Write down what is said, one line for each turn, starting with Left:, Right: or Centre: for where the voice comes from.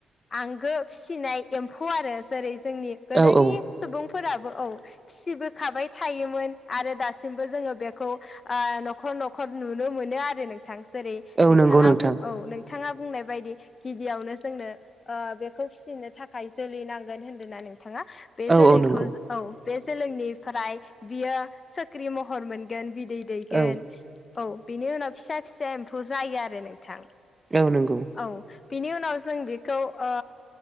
Left: आंगो फिसिनाय ए-एम्फौ आरो जेरै जोंनि गोदोनि
Right: औ औ
Left: सुबुंफोराबो औ फिसिबोखाबाय थायोमोन आरो दासिमबो जोंङो बेखौ ओ न'खर न'खर नुनो मोनो आरो नों थां जेरै
Right: औ
Left: नोंथाङा
Right: नंगौ नोंथां
Left: बुं औ नों थाङा बुंनाय बायदि गिबियावनो जोंनो ओ बेखौ फिनो थाखाय जोलै नांगोन होन्दों ना नोंथाङा? बे
Right: औ
Left: जोलैखौ
Right: औ नंगौ
Left: औ। बे जोलैनिफ्राय बियो सोख्रि महर मोनगोन बिदै दैगोन
Right: औ
Left: औ बिनि उनाव फिसा फिसा एम्फौ जायो आरो नोंथां।
Right: औ नंगौ।
Left: औ बिनि उनाव जों बेखौ ओ